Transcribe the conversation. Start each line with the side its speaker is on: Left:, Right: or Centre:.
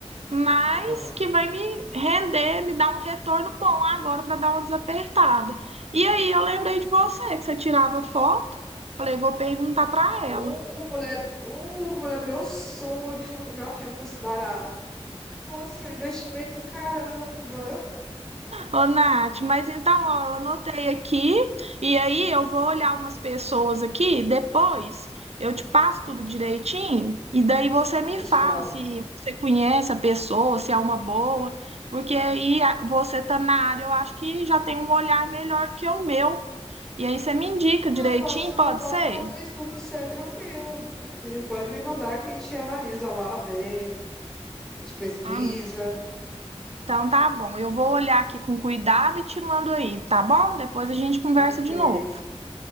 Right: mas
Centre: Aham.
Right: que vai me render, me dar um retorno bom agora para dar uma desapertada. E aí eu lembrei de você, que você tirava foto. Falei, vou perguntar para
Centre: Ô,
Right: ela.
Centre: mulher, ô, mulher, meu sonho é que fotografia fosse barato. Nossa, investimento do caramba.
Right: Ô, Nath, mas então, ó, eu anotei aqui, e aí eu vou olhar umas pessoas aqui, depois eu te passo tudo direitinho, e daí você
Centre: Pode
Right: me
Centre: deixar.
Right: fala se você conhece a pessoa, se é uma boa, porque aí a- você tá na área, eu acho que já tem um olhar melhor que o meu, e aí você me indica direitinho,
Centre: Ah, posso,
Right: pode
Centre: posso
Right: ser?
Centre: fazer isso por você, tranquilo, tranquilo. Pode me mandar que a gente analisa lá, vê, a gente pesquisa.
Right: Ah, então tá bom, eu vou olhar aqui com cuidado e te mando aí, tá bom? Depois a gente conversa
Centre: Perfeito.
Right: de novo.